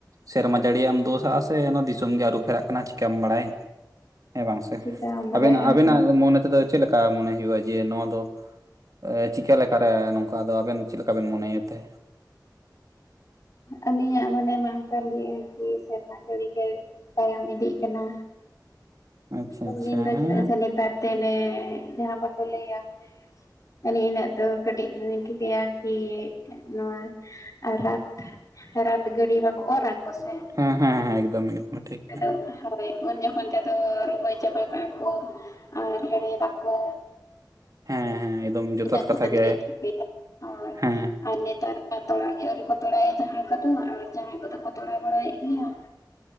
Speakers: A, on the right; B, on the left.
A: ᱥᱮᱨᱢᱟ ᱡᱟᱹᱲᱤᱭᱟᱜ ᱮᱢ ᱫᱳᱥ-ᱟᱜ ᱥᱮ ᱚᱱᱟ ᱫᱤᱥᱚᱢ ᱜᱮ ᱟᱹᱨᱩ ᱯᱷᱮᱨᱟᱜ ᱠᱟᱱᱟ ᱪᱤᱠᱟᱢ ᱵᱟᱲᱟᱭ? ᱦᱮᱸ ᱵᱟᱝ ᱥᱮ
B: ᱪᱤᱠᱟᱢ ᱵᱟᱰᱟᱭᱮᱜᱼᱟ
A: ᱟᱵᱮᱱᱟᱜ ᱟᱵᱮᱱᱟᱜ ᱢᱚᱱᱮ ᱛᱮᱫᱚ ᱪᱮᱫ ᱞᱮᱠᱟ ᱢᱚᱱᱮ ᱦᱩᱭᱩᱜᱼᱟ ᱡᱮ ᱱᱚᱣᱟ ᱫᱚ ᱮᱸ ᱪᱤᱠᱟᱹ ᱞᱮᱠᱟ ᱨᱮ ᱱᱚᱝᱠᱟ ᱟᱫᱚ ᱟᱵᱮᱱ ᱪᱮᱫ ᱞᱮᱠᱟ ᱵᱮᱱ ᱢᱚᱱᱮᱭᱮᱫ ᱛᱮ?
B: ᱟᱞᱤᱧᱼᱟ ᱢᱚᱱᱮ ᱢᱟ ᱚᱱᱠᱟ ᱞᱟᱹᱭᱮᱫ ᱟᱨᱠᱤ ᱥᱮᱨᱢᱟ ᱡᱟᱲᱤ ᱜᱮ ᱛᱟᱭᱚᱢ ᱤᱫᱤᱜ ᱠᱟᱱᱟ᱾
A: ᱟᱪᱪᱷᱟ
B: ᱩᱱ
A: ᱟᱪᱪᱷᱟ
B: ᱫᱤᱱ ᱫᱚ
A: ᱦᱮᱸ
B: ᱪᱮᱫᱟᱜ ᱥᱮ ᱱᱮᱛᱟᱨ ᱛᱮ ᱞᱮ ᱡᱟᱦᱟᱸ ᱵᱟᱠᱚ ᱞᱟᱹᱭᱼᱟ ᱮᱱᱮ ᱤᱱᱟᱹᱜ ᱫᱚ ᱠᱟᱹᱴᱤᱡ ᱫᱚᱧ ᱴᱷᱤᱠᱟᱹᱭᱟ ᱠᱤ ᱱᱚᱣᱟ ᱟᱨ ᱨᱟᱹᱛᱷ ᱨᱟᱹᱛᱷ ᱜᱟᱰᱤ ᱵᱟᱠᱚ ᱚᱨᱼᱟ? ᱞᱟᱥᱮᱜ
A: ᱦᱮᱸ ᱦᱮᱸ ᱦᱮᱸ ᱮᱠᱫᱚᱢ ᱮᱠᱫᱚᱢ ᱴᱷᱤᱠ
B: <unintelligible> ᱦᱳ ᱩᱱ ᱡᱚᱠᱷᱚᱱ ᱛᱮᱫᱚ ᱨᱚᱦᱚᱭ ᱪᱟᱵᱟ ᱠᱟᱣᱟ ᱠᱚ ᱟᱨ ᱦᱮᱲᱮ ᱵᱟᱠᱚ
A: ᱦᱮᱸ ᱦᱮᱸ ᱮᱠᱫᱚᱢ᱾ ᱡᱚᱛᱷᱟᱛ
B: ᱤᱱᱟᱹᱜ <inaudible>
A: ᱠᱟᱛᱷᱟ
B: ᱴᱷᱤᱠᱟᱹᱭ
A: ᱜᱮ
B: ᱫᱟ ᱦᱚᱸᱭ
A: ᱦᱮᱸ
B: ᱟᱨ ᱱᱮᱛᱟᱨᱼᱼ ᱛᱚᱲᱟᱭ ᱜᱮ ᱟᱹᱣᱨᱤ ᱠᱚ ᱛᱚᱲᱟᱭᱟ ᱡᱟᱦᱟᱸᱭ ᱠᱚ ᱫᱚ ᱟᱨ ᱡᱟᱦᱟᱸᱭ ᱠᱚ ᱫᱚ ᱠᱚ ᱛᱚᱲᱟᱣ ᱵᱟᱲᱟᱭᱮᱫ ᱜᱤᱭᱟ᱾